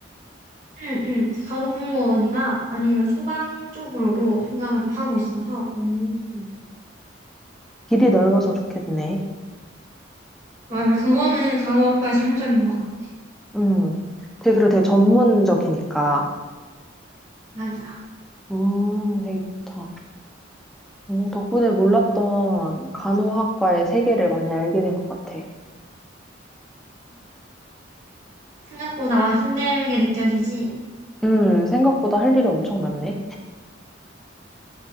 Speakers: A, on the right; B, in the centre.
A: 응, 응. 간호공무원이나 아니면 소방 쪽으로도 생각을 좀 하고 있어서.
B: 음. 길이 넓어서 좋겠네.
A: 맞아. 그거는 간호학과의 장점인 것 같아.
B: 음. 되게, 그리고 되게 전문적이니까.
A: 맞아.
B: 음, 되게 좋다. 오, 덕분에 몰랐던 간호학과의 세계를 많이 알게 된 것 같아.
A: 생각보다 힘들게 느껴지지.
B: 음, 생각보다 할 일이 엄청 많네.